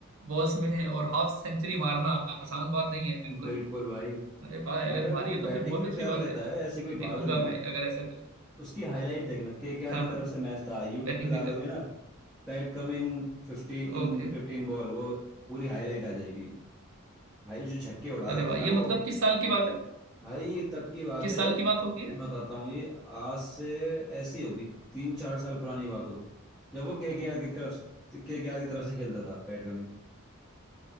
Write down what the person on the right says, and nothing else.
बॉल्स में और हाफ सेंचुरी मारना आसान बात नहीं है बिल्कुल
अरे भाई अगर
मारी
है तो
फिर बहुत
अच्छी
बात
है
देखूंगा
मैं अगर ऐसा कुछ है
हाँ
हाँ
बैटिंग
भी कर
ओके
अरे
वाह
ये मतलब
किस साल की बात है
किस
साल की बात होगी ये?